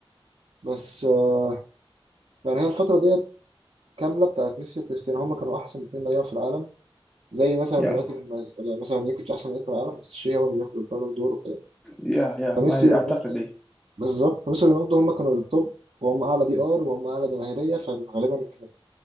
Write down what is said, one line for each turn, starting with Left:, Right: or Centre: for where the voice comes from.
Right: بس آه يعني هي الفترة ديت كاملة بتاعت ميسي وكريستيانو هما كانوا أحسن اتنين لعيبة في العالم زي مثلا
Centre: يا
Right: دلوقتي لما مثلا يوكيتش أحسن لعيب في العالم بس شيء هو اللي بياخد البالون دور وكده
Centre: يا يا
Right: فميسي
Centre: ما
Right: ورونالدو
Centre: اعتقد ايه
Right: بالظبط ميسي ورونالدو هم كانوا التوب وهم اعلى بي ار وهم اعلى جماهيريه فغالبا كانت